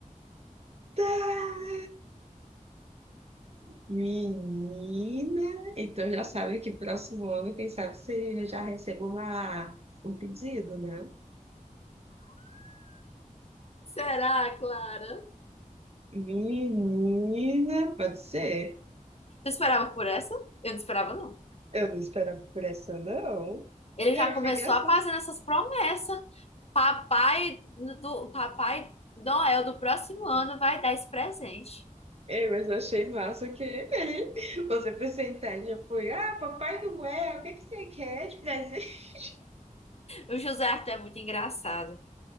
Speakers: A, on the right; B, on the left.
A: Tá, Menina, então já sabe que próximo ano, quem sabe você já recebe uma, um pedido, né?
B: Será, Clara?
A: Menina, pode ser.
B: Tu esperava por essa? Eu não esperava, não.
A: Eu não esperava por essa, não.
B: Ele
A: Eu
B: já começou
A: fiquei assim.
B: a fazer essas promessas. Papai do papai Noel do próximo ano vai dar esse presente.
A: É, mas eu achei massa que <laughs> você foi sentar e já foi. Ah, Papai Noel, o que que você quer de presente? <laughs>
B: O José Arthur é muito engraçado.